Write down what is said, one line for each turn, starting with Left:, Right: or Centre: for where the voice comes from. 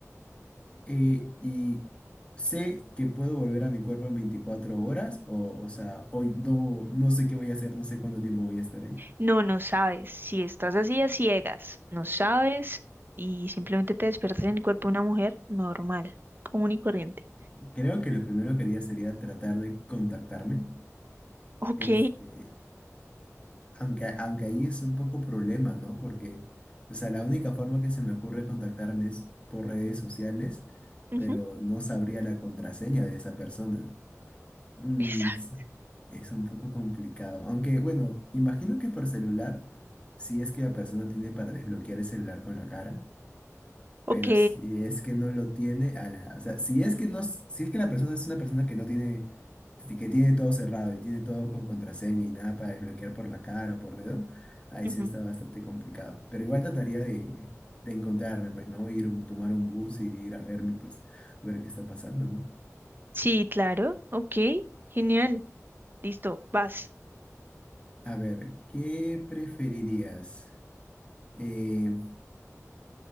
Left: eh, y sé que puedo volver a mi cuerpo en 24 horas, o, o sea, hoy no, no sé qué voy a hacer, no sé cuánto tiempo voy a estar ahí.
Right: No, no sabes. Si estás así a ciegas, no sabes y simplemente te despiertas en el cuerpo de una mujer normal, común y corriente.
Left: Creo que lo primero que haría sería tratar de contactarme,
Right: Ok.
Left: este, aunque, aunque ahí es un poco problema, ¿no? Porque, o sea, la única forma que se me ocurre contactarme es por redes sociales,
Right: ujú,
Left: pero no sabría la contraseña de esa persona. Mm,
Right: Exacto.
Left: es, es un poco complicado. Aunque, bueno, imagino que por celular, si es que la persona tiene para desbloquear el celular con la cara, pero
Right: Ok.
Left: si es que no lo tiene, a la, o sea, si es que no, si es que la persona es una persona que no tiene, que tiene todo cerrado y tiene todo con contraseña y nada para desbloquear por la cara o por dedo, ahí
Right: ujú,
Left: sí está bastante complicado. Pero igual trataría de, de encontrarme, pues, ¿no? Ir, tomar un bus y ir a verme, pues, ver qué está pasando, ¿no?
Right: Sí, claro. Ok. Genial. Listo. Vas.
Left: A ver, ¿qué preferirías? eh,